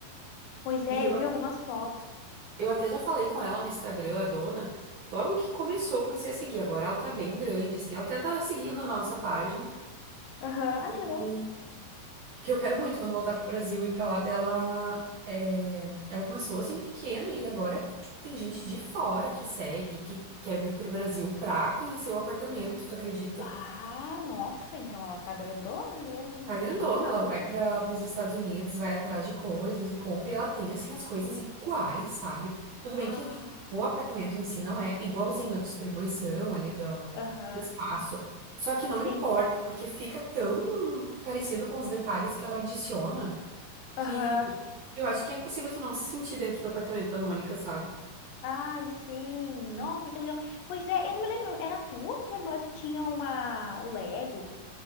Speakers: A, on the left; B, on the right.
A: Pois é,
B: e eu
A: eu vi algumas fotos.
B: Eu até já falei com ela no Instagram, a dona. Logo que começou, eu comecei a seguir. Agora ela tá bem grande, assim. Ela até tá seguindo a nossa página.
A: Aham, Ai,
B: E
A: que legal.
B: que eu quero muito quando voltar pro Brasil e pra lá dela. é, Ela começou assim pequeno e agora, tipo, tem gente de fora que segue, que quer vir pro Brasil pra conhecer o apartamento, tu acredita?
A: Ah, nossa, então ela tá grandona mesmo.
B: Tá
A: Imagina
B: grandona, ela
A: tu.
B: vai para os Estados Unidos, vai atrás de coisas e compra, e ela tem, assim, as coisas iguais, sabe? Tudo
A: Ah,
B: bem que tipo, o apartamento em si não é igualzinho a distribuição ali do,
A: aham,
B: do espaço. Só que não
A: sim.
B: importa, porque fica tão parecido com os detalhes que ela adiciona
A: Aham.
B: que eu acho que é impossível tu não se sentir dentro do apartamento da Mônica, sabe?
A: Ai, sim. Nossa, que legal. Pois é, eu não me lembro. Era tu ou tua irmã que tinha uma... o Lego